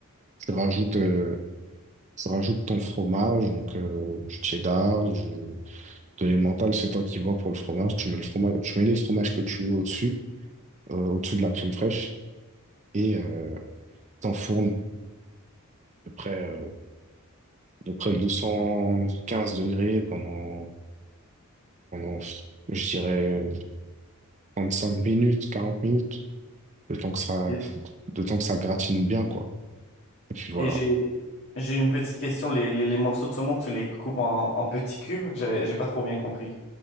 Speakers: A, on the right; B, on the left.
A: tu rajoutes, euh, tu rajoutes ton fromage, donc euh, du cheddar, du, de l'emmental, c'est toi qui vois pour le fromage. Tu mets le fromage, tu mets les fromages que tu veux au-dessus, euh, au-dessus de la crème fraîche, et euh, t'enfournes de près, euh, de près de 215 degrés pendant, pendant, je dirais, 35 minutes, 40 minutes. le temps que ça,
B: Et,
A: le temps que ça gratine bien, quoi. Et puis voilà.
B: et j'ai, j'ai une petite question. Les, les, les morceaux de saumon, tu les coupes en, en petits cubes? J'ai, j'ai pas trop bien compris.